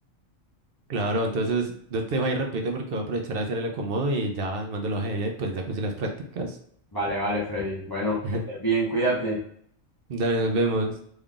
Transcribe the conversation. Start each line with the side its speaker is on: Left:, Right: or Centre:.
Right: claro, entonces no te dejo ahí, repito, porque voy a aprovechar a hacer el acomodo y ya mando la hoja de vida y pues ya conseguí las prácticas.
Left: Vale, vale, Freddy. Bueno,
Right: <laughs>
Left: que estés bien, cuídate.
Right: Dale, nos vemos.